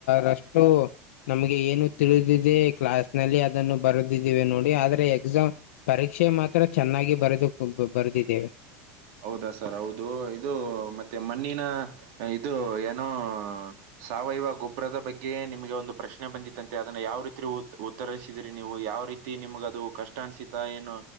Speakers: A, on the left; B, on the right.
A: ರಷ್ಟು. ನಮಗೆ ಏನು ತಿಳಿದಿದೆ ಕ್ಲಾಸ್ ನಲ್ಲಿ ಅದನ್ನು ಬರುದಿದ್ದೀವೆ ನೋಡಿ ಆದ್ರೆ ಎಕ್ಸಾಮ್ ಪರೀಕ್ಷೆ ಮಾತ್ರ ಚೆನ್ನಾಗಿ ಬರೆದು ಕುಂತು ಬರೆದಿದ್ದೇವೆ
B: ಹೌದಾ ಸರ್ ಹೌದು ಇದು ಮತ್ತೆ ಮಣ್ಣಿನ ಇದು ಏನೋ ಸಾವಯವ ಗೊಬ್ಬರದ ಬಗ್ಗೆ ನಿಮಗೆ ಒಂದು ಪ್ರಶ್ನೆ ಬಂದಿತ್ತಂತೆ ಅದನ್ನ ಯಾವ ರೀತಿ ಉತ್ ಉತ್ ತರಿಸಿದ್ರಿ ನೀವು ಯಾವ ರೀತಿ ನಿಮ್ಗ ಅದು ಕಷ್ಟ ಅನ್ಸಿತಾ ಏನು